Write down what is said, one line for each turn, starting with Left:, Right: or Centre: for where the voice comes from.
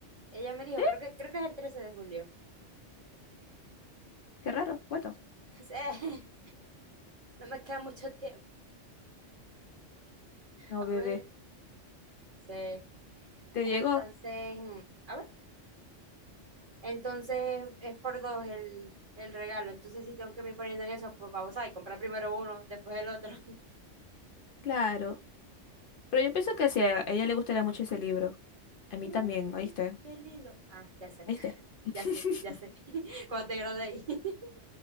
Right: Ella me dijo,
Left: Sí,
Right: creo que, creo que es el trece de julio.
Left: Qué raro. Bueno,
Right: <laughs> Sí. No me queda mucho tiempo.
Left: no,
Right: A
Left: bebé.
Right: ver. Sí.
Left: ¿Te
Right: Entonces,
Left: llegó?
Right: mm, a ver. Entonces es por dos el, el regalo. Entonces sí tengo que me ir poniendo en eso, pues vamos a comprar primero uno, después el otro. <laughs>
Left: Claro. Pero yo pienso que sí, a ella le gustaría mucho ese libro. A mí
Right: Mm,
Left: también, ¿oíste?
Right: Qué lindo. Ah, ya sé,
Left: ¿Oíste? <laughs>
Right: ya sé, ya sé. <laughs> Cuando te gradué. <laughs>